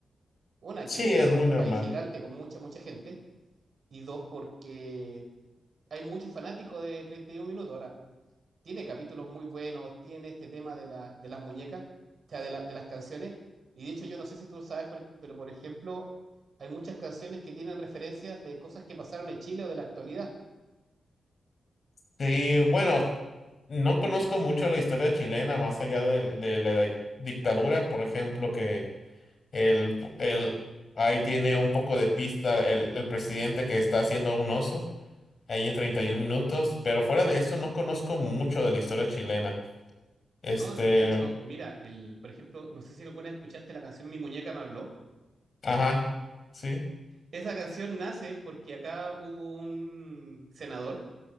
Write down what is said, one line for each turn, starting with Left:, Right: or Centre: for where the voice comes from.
Right: Una,
Left: Sí,
Right: que México
Left: es muy
Right: es un
Left: normal.
Right: país gigante con mucha, mucha gente, y dos, porque hay muchos fanáticos de 31 minutos. Ahora, tiene capítulos muy buenos, tiene este tema de, la, de las muñecas, o sea, de, la- de las canciones, y de hecho yo no sé si tú sabes, por- pero por ejemplo, hay muchas canciones que tienen referencias de cosas que pasaron en Chile o de la actualidad.
Left: Y bueno, no conozco mucho la historia chilena más allá de, de la di- dictadura, por ejemplo, que el, el, ahí tiene un poco de pista el, el presidente que está haciendo un oso. ahí en 31 minutos, pero fuera de eso no conozco mucho de la historia chilena. Este,
Right: No, de hecho, mira, el, por ejemplo, no sé si alguna vez escuchaste la canción Mi muñeca me habló.
Left: ajá, sí,
Right: Esa canción nace porque acá hubo un senador